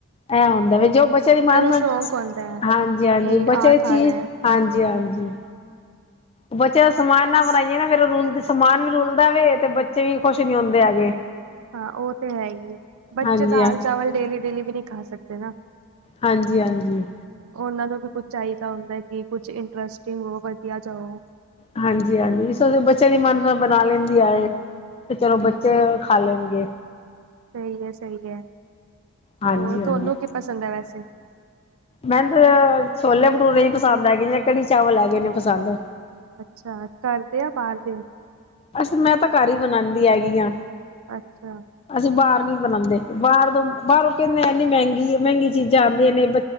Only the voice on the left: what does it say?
ਐ ਹੁੰਦਾ ਵੇ, ਜੋ ਬੱਚਿਆਂ ਦੀ ਮਨ ਪਸੰਦ
ਹਾਂਜੀ ਹਾਂਜੀ
ਬੱਚੇ
ਦੀ
ਚੀਜ਼
ਹਾਂਜੀ ਹਾਂਜੀ। ਬੱਚਿਆਂ ਦਾ ਸਮਾਨ ਨਾ ਬਣਾਈਏ ਨਾ, ਫੇਰ ਰੁਲਦਾ ਸਮਾਨ ਵੀ ਰੁਲਦਾ ਵੇ ਤੇ ਬੱਚੇ ਵੀ ਖੁਸ਼ ਨੀ ਹੁੰਦੇ ਹੈਗੇ।
ਹਾਂਜੀ
ਹਾਂ,
ਹਾਂਜੀ ਹਾਂਜੀ।
ਹਾਂਜੀ ਹਾਂਜੀ, ਇਸ ਵਾਸਤੇ ਬੱਚਿਆਂ ਦੀ ਮਨ ਬਣਾ ਲੈਂਦੀ ਆ। ਤੇ ਚਲੋਂ ਬੱਚੇ
ਖਾ ਲੈਣਗੇ।
ਹਾਂਜੀ
ਹਾਂਜੀ
ਮੈਨੂੰ ਤੇ ਛੋਲੇ ਭਟੂਰੇ ਹੀ ਪਸੰਦ ਹੈਗੀ ਜੇ ਕੜੀ ਚਾਵਲ ਹੈਗੇ ਨੇ ਪਸੰਦ।
ਅਸੀ ਮੈਂ ਤਾਂ ਘਰ ਹੀ ਬਣਾਉਂਦੀ ਹੈਗੀ ਆ।
ਅਸੀਂ ਬਾਹਰ ਨੀ ਬਣਾਉਂਦੇ, ਬਾਹਰ ਤੋਂ ਬਾਹਰੋਂ ਕਹਿੰਦੇ ਆਨੀ ਮਹਿੰਗੀ- ਮਹਿੰਗੀ ਚੀਜ਼ਾਂ ਆਉਂਦੀਆਂ ਨੇ,